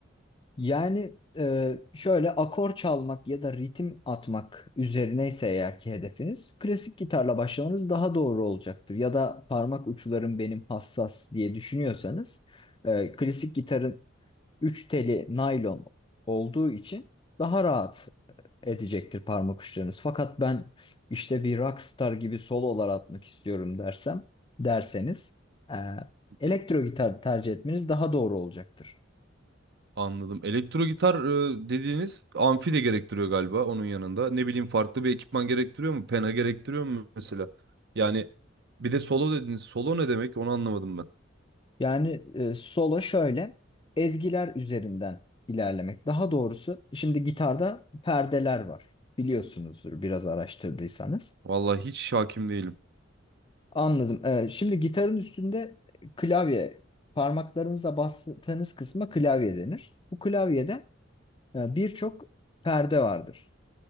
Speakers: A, on the left; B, on the right.
A: Yani e, şöyle akor çalmak ya da ritim atmak üzerineyse eğer ki hedefiniz, klasik gitarla başlamanız daha doğru olacaktır. Ya da parmak uçlarım benim hassas diye düşünüyorsanız, e, klasik gitarın Üç teli naylon olduğu için daha rahat edecektir parmak uçlarınız. Fakat ben işte bir rockstar gibi sololar atmak istiyorum dersem, derseniz e, elektro
B: Hı.
A: gitar tercih etmeniz daha doğru olacaktır.
B: Anladım. Elektro gitar e, dediğiniz amfi de gerektiriyor galiba onun yanında. Ne bileyim farklı bir ekipman gerektiriyor mu? Pena gerektiriyor mu mesela? Yani bir de solo dediniz. Solo ne demek? Onu anlamadım ben.
A: Yani e, solo şöyle ezgiler üzerinden ilerlemek. Daha doğrusu şimdi gitarda perdeler var. Biliyorsunuzdur biraz araştırdıysanız.
B: Vallahi hiç hakim değilim.
A: Anladım. Ee, şimdi gitarın üstünde klavye, parmaklarınızla bastığınız kısma klavye denir. Bu klavyede e, birçok perde vardır.